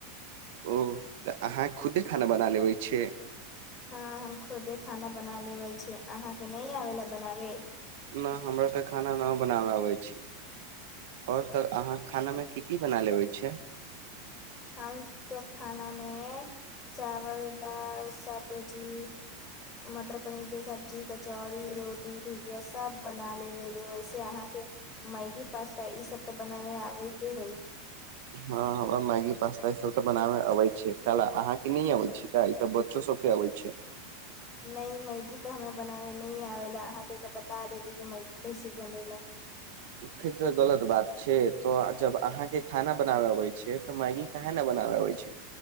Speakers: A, on the right; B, on the left.
A: ओ तऽ अहाँ खुदे खाना बना लेबे छियै
B: हँ हम खुदे खाना बना लेबै छी अहाँके नहि आबै लए बनाबे
A: नहि हमरा तऽ खाना उना नहि बनाबै अबै छै आओर त अहाँ खाना मे की की बना लेबै छियै
B: हम तऽ खानामे चावल दाल सब्जी मटर पनीर के सब्जी कचौड़ी रो पुरी भुजिया सब बना लेबे वैसे अहाँके मैगी पास्ता ईसभ तऽ बनाबै आबैते होइ
A: हँ मैगी पास्ता इ सब त बनावे अवे छै काला अहां के नै अबे छी का ई त बच्चो सब के अबै छै
B: नहि मैगी तऽ हमरा बनाबे नहि आबेला अहाँ तऽ बता दैती कि मैगी कैसे बनेला
A: फेर तऽ गलत बात छै तो जब अहाँ के खाना बनाबे अबे छै तऽ मैगी काहे न बनाबे आबै छै